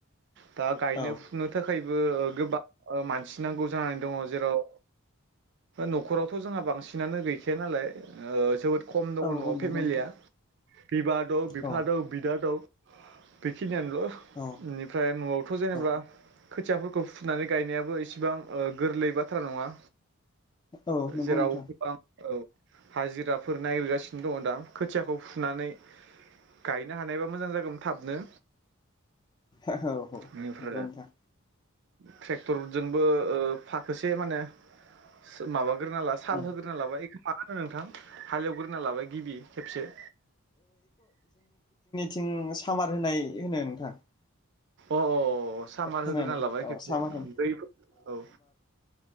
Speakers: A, on the right; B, on the left.
A: दा गायनो
B: औ
A: फुनो थाखायबो गोबां मानसि नांगौ जानानै दङ जेराव न'खरावथ' जोंहा बांसिनानो गैखाया नालाय। ओ जोबोद खम दङ
B: औ
A: न'आव
B: औ नंगौ
A: फेमिलिया।
B: नोंथां
A: बिबा दं बिफा
B: औ
A: दं बिदा दं बेखि -खिनियानोल'
B: औ
A: बेनिफ्राय न'आवथ' जेनेबा
B: औ
A: खोथियाफोर। -खौ फुनानै गायनायाबो इसेबां गोरलै बाथ्रा नङा।
B: औ नंगौ
A: जेराव
B: नोंथां
A: गोबां औ हाजिराफोर नायगिरगासिनो दङ दा खोथियाखौ फुनानै गायनो हानायबा मोजां जागौ थाबनो।
B: ओहौ नंगौ
A: बेनिफ्राय
B: नोंथां।
A: ट्रेक्टरजोंबो फाखोसे माने सो माबा होग्रोना ला साल
B: ओं
A: होग्रोना लाबाय बेखौ मा होनो नोंथां हालेवग्रोना लाबाय गिबि खेबसे
B: थिं सामार होनाय होनो नोंथां।
A: अ अ सामार
B: खोनादों
A: होग्रोना लाबाय
B: औ
A: खेबसे
B: सामार होन
A: दै औ।